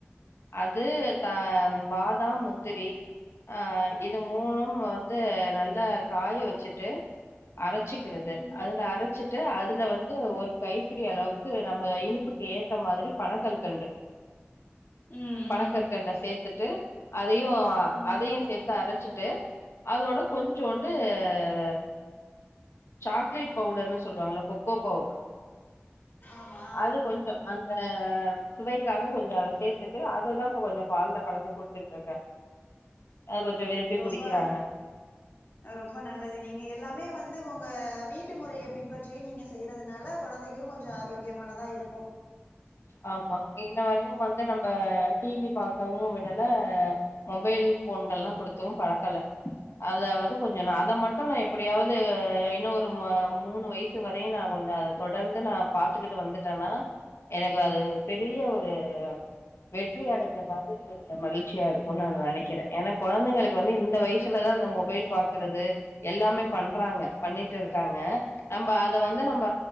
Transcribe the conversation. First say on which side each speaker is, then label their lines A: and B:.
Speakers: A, on the left; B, on the left.
A: அது த பாதா முத்திரி அ இது மூணு வந்து நல்லா காய வச்சுட்டு அரைச்சிக்கிறது
B: ம்
A: அதுல அரைச்சிட்டு அதுல வந்து ஒரு கைப்பிடி அளவு க்கு நம்ம இனிப்புக்கு ஏத்த மாதிரி பணங்கற் கண்டு
B: ம் ம்
A: பணங்கற் சேத்துட்டு அதையும்
B: ம்
A: அதையும் சேத்து அரைச்சிட்டு அதோட கொஞ்சோன்டு
B: ம்.
A: இது சாக்லேட் பவுடர்ன்னு சொல்லுவாங்கள்ல கொக்கோ பவுடர்
B: ஆமா
A: அது கொஞ்சொ அந்த சுவைக்காக கொஞ்சொ அத சேர்த்துட்டு அததா இப்ப கொஞ்சொ பால்ல கலந்து குடுத்துட்டுருக்கே அது கொஞ்சொ விரும்பி
B: ரொம்ப
A: குடிக்கிறாங்க
B: ரொம்ப நல்லது நீங்க எல்லாமே வந்து உங்க வீட்டு முறய பின்பற்றி நீங்க செய்றதுனால கொழந்தைக்கு கொஞ்சோ ஆரோக்கியமானதா இருக்கும்
A: ஆமா இன்ன வரையு வந்து நம்ப டி வி பாக்கவு விடல மொபைல் ஃபோன்கள்ல்லா குடுத்தும் பழக்கல அத வந்து கொஞ்சோ நா
B: அ
A: அத மட் டும் நா எப்டியாவது இன்னு ஒரு மூணு வயசு வரையு நா கொஞ்சோ அத தொடர்ந்து நா பாத்துக்கிட்டு வந்துட்டன்னா எனக்கு அது பெரிய ஒரு வெற்றி அடஞ்ச மாதிரி ஒரு மகிழ்ச்சியா இருக்கும்னு நா நினைக்கிற ஏன்னா கொழந்தைகளுக்கு வந்து இந்த வயசுலதா அந்த மொ பைல் பாக்குறது எல்லாமே பண்றாங்க பண்ணிட்டு இருக்காங்க நம்ப அத வந்து நம்ம